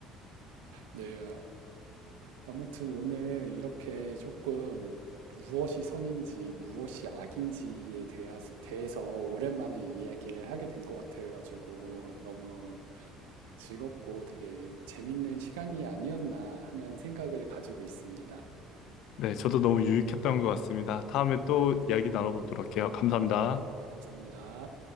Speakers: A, on the right; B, on the left.
A: 네 아무튼 오늘 이렇게 조금 무엇이 선인지 무엇이 악인지에 대해서, 대해서 오랜만에 이야기를 하게 된 것 같아가지고 너무 즐겁고 되게 재밌는 시간이 아니었나 하는 생각을 가지고 있습니다.
B: 네, 저도 너무 유익했던 것 같습니다. 다음에 또 이야기 나눠보도록 해요. 감사합니다.
A: 감사합니다.